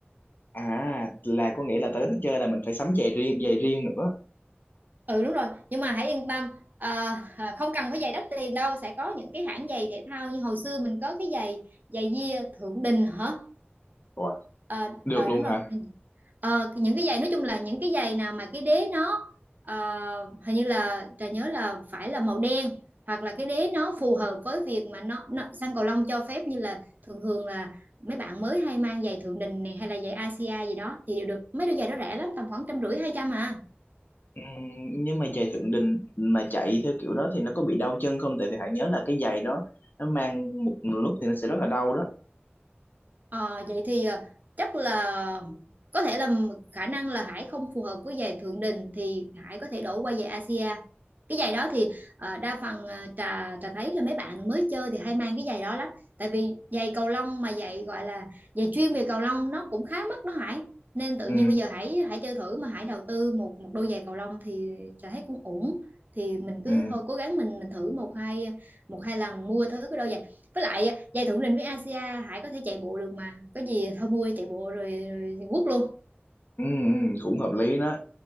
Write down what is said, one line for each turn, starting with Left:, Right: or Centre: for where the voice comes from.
Left: à là có nghĩa là tới đó chơi là mình phải sắm giày riêng, giày riêng nữa.
Right: ừ đúng rồi nhưng mà hãy yên tâm ờ, à, không cần phải giày đắt tiền đâu sẽ có những cái hãng giày thể thao như hồi xưa mình có cái giày giày Gia thượng đình hả
Left: Ủa,
Right: Ờ,
Left: được
Right: ờ,
Left: luôn
Right: đúng rồi
Left: hả?
Right: Ờ, những cái giày nói chung là những cái giày nào mà cái đế nó ờ, hình như là Trà nhớ là phải là màu đen hoặc là cái đế nó phù hợp với việc mà nó, nó sang cầu lông cho phép như là thường thường là mấy bạn mới hay mang giày Thượng Đình này hay là giày Asia gì đó thì đều được mấy đôi giày đó rẻ lắm tầm khoảng trăm rưỡi hai trăm à
Left: Ừ, nhưng mà giày Thượng Đình mà chạy theo kiểu đó thì nó có bị đau chân không? Tại vì hãy nhớ là cái giày đó nó mang một lúc thì nó sẽ rất là đau đó.
Right: Ờ, vậy thì ờ, chắc là có thể là m- khả năng là Hải không phù hợp với giày Thượng Đình thì Hải có thể đổi qua giày Asia. Cái giày đó thì ờ, đa phần ờ, trà trà thấy là mấy bạn mới chơi thì hay mang cái giày đó lắm. Tại vì giày cầu lông mà giày gọi là giày chuyên về cầu lông nó cũng khá mắc đó Hải. Nên tự
Left: Ừ,
Right: nhiên bây giờ Hải Hải chơi thử mà Hải đầu tư một một đôi giày cầu lông thì trà thấy cũng ổn. Thì mình
Left: ừ,
Right: cứ thôi cố gắng mình mình thử một hai một hai lần mua thử cái đôi giày với lại giải thưởng rình với Asia Hải có thể chạy bộ được mà có gì thôi mua chạy bộ rồi, rồi quất luôn
Left: ừ, ừ, cũng hợp lý đó.